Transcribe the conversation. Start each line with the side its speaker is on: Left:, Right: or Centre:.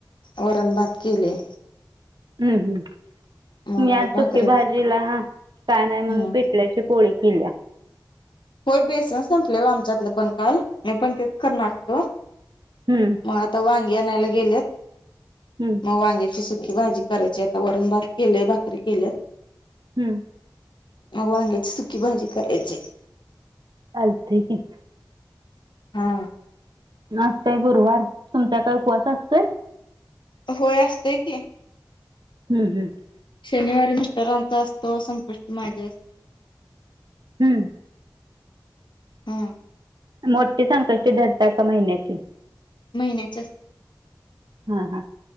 Left: वरणभात केले
Right: हम्म हम्
Left: मग
Right: मी आ
Left: भाकरी
Right: चुकी भाजीला ह काय नाही
Left: हम्म
Right: म्हणून पेटल्याचे पोळी किल्या
Left: होय बेसन संपले आमच्यातलं पण काल मी पण तेच करणार तो
Right: हम्म
Left: मग आता वांगी आणयला गेलेत
Right: हम्म
Left: मग वांग्याची सुकी भाजी करायची आता वरण भात केलेय भाकरी केल्यात
Right: हम्म
Left: मग वांग्याची सुकी भाजी करायची
Right: चालतय की.
Left: हा
Right: आताय गुरुवार तुमचा काय उपवास असतोय
Left: होय असते की
Right: <inaudible>
Left: शनिवारी मिस्टरांचा असतो संकष्टी माझ्या असतो <unintelligible>
Right: हम्म.
Left: हा
Right: मोठी संकष्टी धरता का महिन्याची
Left: महिन्याच अस
Right: हां हां